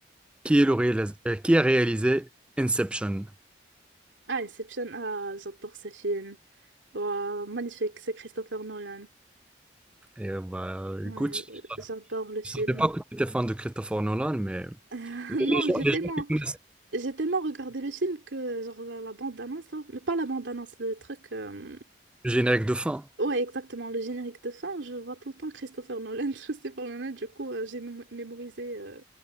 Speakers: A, in the centre; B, on the right.
A: qui est le réalis- euh, qui a réalisé Inception?
B: Ah, Inception, ah, j'adore ce film. Waouh, magnifique, c'est Christopher Nolan.
A: Et, euh, bah,
B: Ouais,
A: écoute,
B: euh, j'adore le film.
A: je ne savais pas que tu étais fan de Christopher Nolan, mais
B: <laughs> non,
A: les les gens,
B: j'ai
A: les
B: tellement,
A: gens qui connaissent
B: j'ai tellement regardé le film que genre la, la bande-annonce, là, mais pas la bande-annonce, le truc. euh,
A: le générique de fin.
B: Ouais, exactement, le générique de fin, je vois tout le temps Christopher Nolan, <laughs> Christopher Nolan, du coup, euh, j'ai mém- mémorisé. euh,